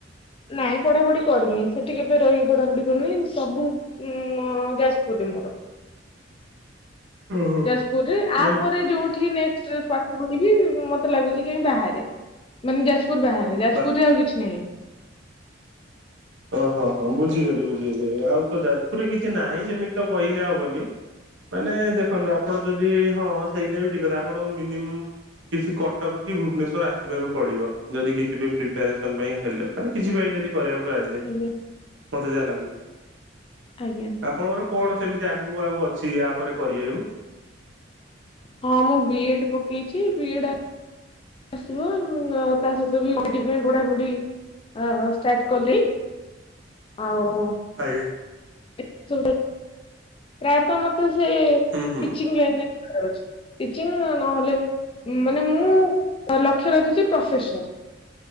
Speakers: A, on the left; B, on the right.
A: ନାଇଁ ପଢ଼ାପଢ଼ି କରିନି ସେଠି କେବେ ରହିି ପଢ଼ାପଢ଼ି କରିନି ସବୁ ଉଁ ମ ଯାଜପୁରରେ ମୋର
B: ହୁଁ ହୁଁ।
A: ଯାଜପୁର ରେ
B: ନାଇଁ
A: ଆ ପରେ ଯୋଉଠି ନେ ନେଷ୍ଟ୍ ରେ ପାଠ ପଢ଼ିବି ମତେ ଲାଗୁଛି କାଇଁ ବାହାରେ ମାନେ ଯାଜପୁର ବାହାରେ। ଯାଜପୁରରେ
B: ବା
A: ଆଉ କିଛି ନାହିଁ।
B: ଓ ହୋ ହ ହଁ ବୁଝିଗଲି ବୁଝିଗଲି ଆଉ ତ ଯାଜପୁରରେ କିଛି ନାହିଁ ସେମିତି ତ କହିଲେ ହବନି। ମାନେ ଦେଖନ୍ତୁ ଆପଣ ଯଦି ହଁ ସେଇଟା ବି ଠିକ୍ କଥା ଆପଣ ମିନିମ୍ କିଛି କଟକ କି ଭୁବନେଶ୍ୱର ଆସିବାକୁ ପଡ଼ିବ ଯଦି କିଛି ବି ପ୍ରିପାରେସନ୍ ପାଇଁ ହେଲେ। ମାନେ କିଛି ପାଇଁ ଯଦି କରିବାକୁ ଆଇଲେ
A: ଆଜ୍ଞା
B: ମତେ ଯାହା ଲାଗୁଛି।
A: ଆଜ୍ଞା।
B: ଆପଣଙ୍କର କଣ ସେମିତି ଆଗକୁ ଆଉ ଅଛି ଇଆ ପରେ କରିବାକୁ?
A: ହଁ ମୁଁ ବି ଏଡ୍ ପକେଇଚି ବି ଏଡ୍ ଆସିବ ଆଉ ତା ସହିତ <unintelligible> ଆଁ ଆଁ‌ ଷ୍ଟାର୍ଟ କଲି ଆଉ
B: ଆଜ୍ଞା।
A: <unintelligible> ପ୍ରାୟତ ମତେ ସେ
B: ହୁଁ ହୁଁ
A: ଟିଚିଙ୍ଗ୍ ଲାଇନ୍ ରେ ଟିଚିଂ ନହେଲେ ମାନେ ମୁଁ ଲକ୍ଷ୍ୟ ରଖିଛି ପ୍ରଫେସର।